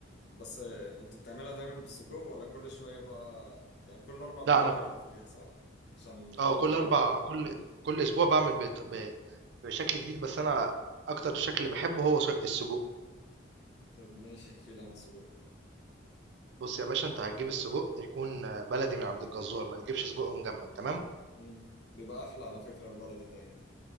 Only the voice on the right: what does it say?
لا انا
اه
كل اربع كل كل اسبوع بعمل بت- ب- بشكل جديد بس انا اكتر شكل اللي بحبه هو ش- السجق
بص يا باشا انت هتجيب السجق يكون بلدي من عند الجزار ما تجيبش سجق مجمد تمام